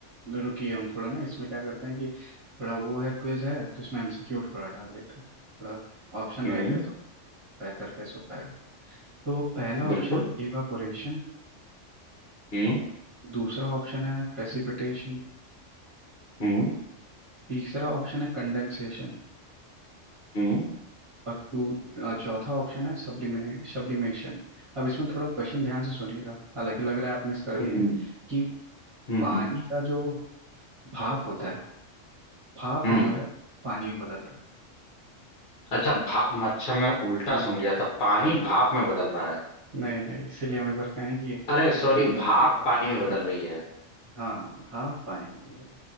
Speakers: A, on the right (about 25°); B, on the left (about 50°).
A: रुकिए हम थोड़ा ना इसमें क्या करते हैं कि थोड़ा वो है क्विज है तो इसमें एमसीक्यू थोड़ा डाल देते हैं थोड़ा ऑप्शन
B: हम्म
A: रहेंगे तो बेहतर कैसे हो पाएगा तो पहला
B: बिल्कुल
A: ऑप्शन है इवापोरेशन
B: हम्म
A: दूसरा ऑप्शन है प्रेसिपिटेशन
B: हम्म
A: तीसरा ऑप्शन है कंडेंसेशन
B: हम्म
A: और तू अ, चौथा ऑप्शन है सब्लिमिने सब्लिमेशन अब इसमें थोड़ा क्वेश्चन ध्यान से सुनिएगा हालांकि लग रहा है आप मिस कर
B: हम्म
A: दिए हैं
B: हम्म
A: कि
B: हम्म
A: पानी का जो भाप होता है भाप
B: हम्म,
A: जो है पानी में बदल रहा
B: अच्छा भाप अच्छा मैं उल्टा
A: है हम्म
B: सुन लिया था पानी
A: भाई
B: भाप में बदल रहा है
A: नहीं नहीं इसीलिए हम एक बार कहें कि
B: अरे सॉरी
A: वापस से
B: भाप
A: रिपीट कर
B: पानी में बदल रही है
A: हाँ हाँ भाप पानी में बदल रहा है